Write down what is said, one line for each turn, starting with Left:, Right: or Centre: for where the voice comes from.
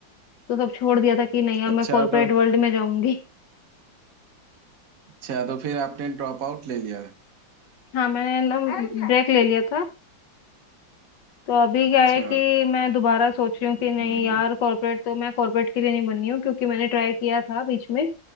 Left: तो सब छोड़ दिया था कि नहीं अब
Right: अच्छा
Left: मैं कॉर्पोरेट
Right: तो
Left: वर्ल्ड में जाऊंगी
Right: अच्छा तो फिर आपने ड्रॉप आउट ले लिया है।
Left: हाँ मैंने ना ब्रेक ले लिया था तो अभी
Right: अच्छा
Left: क्या है कि मैं दोबारा सोच रही हूँ कि
Right: हम्म
Left: नहीं यार कॉर्पोरेट तो मैं कॉर्पोरेट के लिए नहीं बनी हूँ क्योंकि मैंने ट्राई किया था बीच में